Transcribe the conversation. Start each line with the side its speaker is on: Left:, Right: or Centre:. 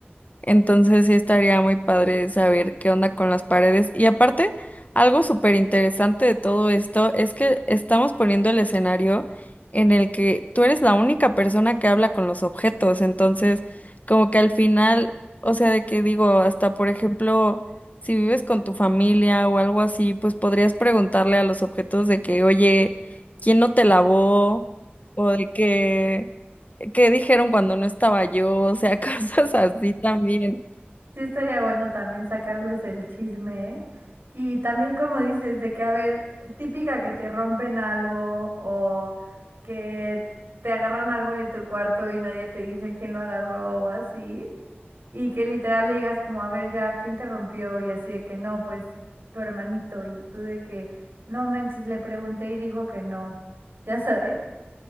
Left: Entonces sí estaría muy padre saber qué onda con las paredes. Y aparte, algo súper interesante de todo esto es que estamos poniendo el escenario en el que tú eres la única persona que habla con los objetos. Entonces, como que al final, o sea, de que digo, hasta por ejemplo, si vives con tu familia o algo así, pues podrías preguntarle a los objetos de que, oye, ¿quién no te lavó? O de que ¿Qué dijeron cuando no estaba yo? O sea, <laughs> cosas así también.
Right: Sí, estaría bueno también sacarles el chisme, ¿eh? Y también como dices, de que, a ver, típica que te rompen algo o que te agarran algo de tu cuarto y nadie te dice quién lo agarró o así, y que literal le digas como, a ver, ya, ¿quién te rompió? Y así de que no, pues tu hermanito, y tú de que, no manches, le pregunté y dijo que no, ya sabes.